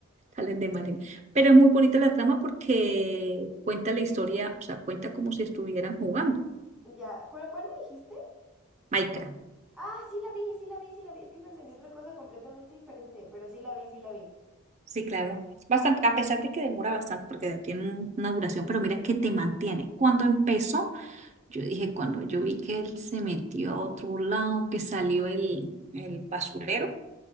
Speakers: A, on the right (about 35°); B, in the centre.
A: salen de mal genio. Pero es muy bonita la trama porque cuenta la historia, o sea, cuenta como si estuvieran jugando
B: ya. ¿Cuál, cuál me dijiste?
A: Minecraft.
B: Ah, sí la vi, sí la vi, sí la vi. Es que te entendí otra cosa completamente diferente, pero sí la vi, sí la vi.
A: Sí, claro. Bastante, a pesar de que demora bastante porque tiene un- una duración, pero mira que te mantiene. Cuando empezó, yo dije, cuando yo vi que él se metió a otro lado, que salió el, el basurero,